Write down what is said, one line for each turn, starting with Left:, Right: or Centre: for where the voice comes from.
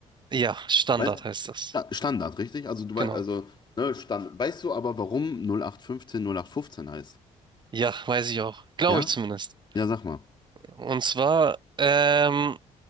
Right: Ja, Standard
Left: Weißt,
Right: heißt das.
Left: Ja, Standard, richtig? Also du wei-
Right: Genau.
Left: also ne, Standard. Weißt du aber, warum 0815 0815 heißt?
Right: Ja, weiß ich auch. Glaube
Left: Ja?
Right: ich zumindest.
Left: Ja, sag mal.
Right: Und zwar, ähm,